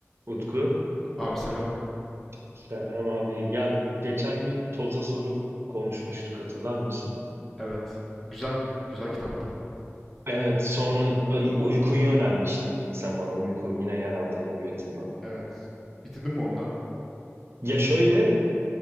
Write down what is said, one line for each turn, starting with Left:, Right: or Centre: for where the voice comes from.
Right: Utku.
Centre: Abi selam.
Right: Selam abi. Ya geçen gün toza soru konuşmuştuk hatırlar mısın?
Centre: Evet. Güzel. Güzel kitaptı.
Right: Evet sonra b- uykuyu önermiştin sen bana uyku yine yeraltı edebiyatından.
Centre: Evet. Bitirdin mi onunla?
Right: Ya şöyle